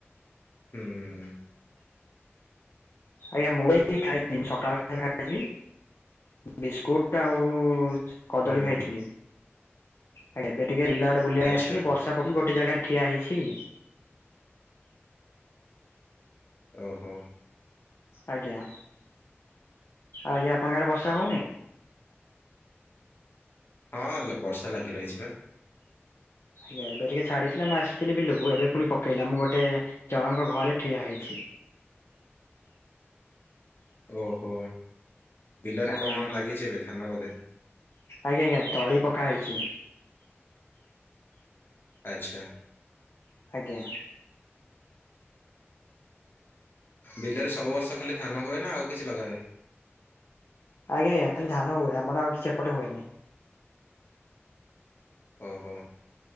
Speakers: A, on the left (about 55°); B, on the left (about 70°).
A: ହୁଁ।
B: ଆଜ୍ଞା ମୁଁ ଏଇ <unintelligible> ସକାଳ ଖାଇବା ଖାଇଛି ବିସ୍କୁଟ ଆଉ କଦଳୀ
A: ହୁଁ
B: ଖାଇଥିଲି। ଆ ଏବେ ଟିକେ ବିଲ ଆଡେ ବୁଲିବା ପାଇଁ
A: ଆଚ୍ଛା।
B: ଆସିଥିଲି ବର୍ଷା ପକଉଚି ଗୋଟେ ଜାଗାରେ ଠିଆ ହେଇଛି।
A: ଓହୋ।
B: ଆଜ୍ଞା। ଆଜ୍ଞା ଆପଣଙ୍କ ଆଡେ ବର୍ଷା ହଉନି?
A: ହଁ ଲୋ ବର୍ଷା ଲାଗି ରହିଛି ବା।
B: ଆଜ୍ଞା। ଏବେ ଟିକେ ଛାଡିଥିଲା ମୁଁ ଆସିଥିଲି ବିଲକୁ ଏବେ ପୁଣି ପକେଇଲା ମୁଁ ଗୋଟେ ଗୋଟେ ଜଣଙ୍କ ଘରେ ଠିଆ ହେଇଛି।
A: ଓହୋ ବିଲରେ
B: ଆଜ୍ଞା
A: କଣ ଲାଗିଛି ଏବେ ଧାନ ବୋଧେ?
B: ଆଜ୍ଞା ଆଜ୍ଞା ତଳି ପକା ହେଇଛି।
A: ଆଚ୍ଛା।
B: ଆଜ୍ଞା।
A: ବିଲରେ ସବୁ ବର୍ଷ ଖାଲି ଧାନ ହୁଏ ନା ଆଉ କିଛି ଲଗା ହୁଏ?
B: ଆଜ୍ଞା ଆଜ୍ଞା ଖାଲି ଧାନ ହୁଏ। ଆମର ଆଉ କିଛି ଏପଟେ ହୁଏନି।
A: ଓହୋ।